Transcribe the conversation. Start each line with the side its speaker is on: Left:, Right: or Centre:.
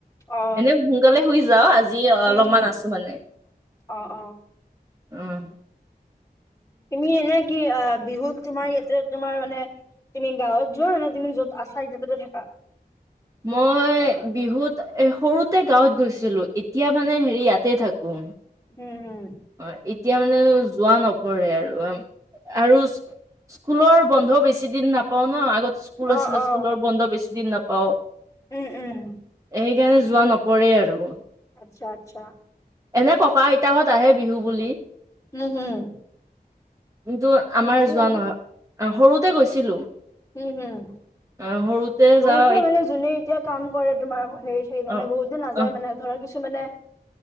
Left: অ
Right: এনে সোনকালে শুই যাও আজি অলপমান
Left: উম হম
Right: আছো মানে।
Left: অ অ
Right: আহ
Left: তুমি এনে কি বিহুত তোমাৰ ইয়াতে তোমাৰ মানে তুমি গাঁৱত যোৱা নে তুমি য'ত আছা এই তাতে থাকা।
Right: মই বিহুত এ সৰুতে গাঁৱত গৈছিলো এতিয়া মানে হেৰি ইয়াতে থাকোং।
Left: উম হুম
Right: অ এতিয়া মানে যোৱা নপৰে আৰু হম আৰু স্কুলৰ বন্ধ বেছি- দিন নাপাও ন আগতে স্কুল
Left: অ
Right: আছিলে
Left: অ
Right: স্কুলৰ বন্ধ বেছি দিন নাপাওঁ।
Left: উম উম।
Right: সেইকাৰণে যোৱা নপৰে আৰু।
Left: আচ্ছা আচ্ছা।
Right: এনে ককা ইতাহঁত আহে বিহু বুলি।
Left: হম হম।
Right: কিন্তু
Left: সেনেকেই
Right: আমাৰ যোৱা
Left: আৰু
Right: নহয় সৰুতে গৈছিলো।
Left: উম হম।
Right: আহ সৰুতে
Left: বহুতে
Right: যাওঁ
Left: মানে যোনে এতিয়া কাম কৰে তোমাৰ হেৰি সাকৰি কাৰণে
Right: অ
Left: বহুতে নাযায়
Right: অ
Left: মানে ধৰা কিছু। মানে